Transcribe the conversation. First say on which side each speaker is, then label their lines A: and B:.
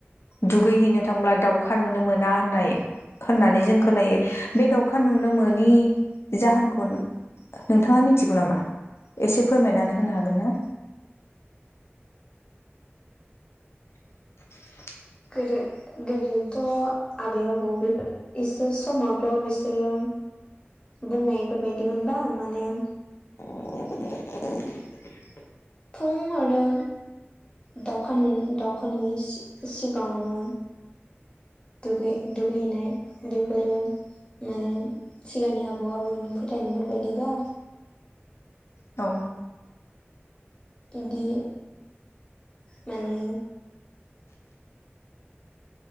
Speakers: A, on the left; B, on the left.
A: दुगैहैनो थांब्ला दाउखा नुनो मोना होननाय होननानै जों खोनायो बे दाउखा नुनो मोनि जाहोनखौ नोंथाङा मिथिगौ नामा एसे फोरमायनानै होनो हागोन ना? <inaudible>
B: गोदो गोदोथ' आबै आबौ बे इसोर समावथ' बिसोरो बुंनायफोरबायदि मोनबा माने
A: <inaudible>
B: फुंङावनो दावखा नुयि दावखा नुयिनि सिगाङावनो दुगै दुगैहैनाय बेफोरो माने सिगांनि आबौ आबैनि फोथायनायफोर बायायदिबा
A: औ
B: बिदि माने